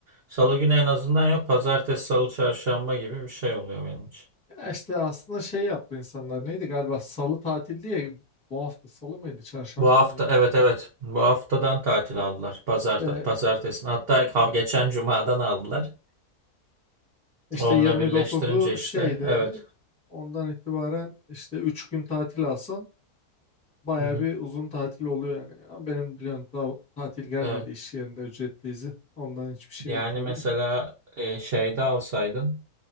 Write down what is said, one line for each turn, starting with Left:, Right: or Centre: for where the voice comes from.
Right: Salı günü en azından yok. Pazartesi, salı, çarşamba gibi bir şey oluyor benim için.
Centre: Ya işte aslında şey yaptı insanlar neydi galiba salı tatil diye bu hafta salı mıydı çarşamba
Right: Bu hafta
Centre: mıydı?
Right: evet evet. Bu haftadan tatil aldılar. Pazart
Centre: İşte,
Right: pazartesi. Hatta ha- geçen cumadan aldılar.
Centre: işte
Right: Onunla
Centre: 29'u
Right: birleştirince işte
Centre: şeydi hani
Right: evet.
Centre: ondan itibaren işte 3 gün tatil alsan baya
Right: Hı hı.
Centre: bir uzun tatil oluyor yani. Ama benim biliyorsun daha tatil gelmedi
Right: Evet.
Centre: iş yerinde ücretli izin ondan hiçbir şey
Right: Yani
Centre: yok tabii
Right: mesela
Centre: de.
Right: e, şeyde alsaydın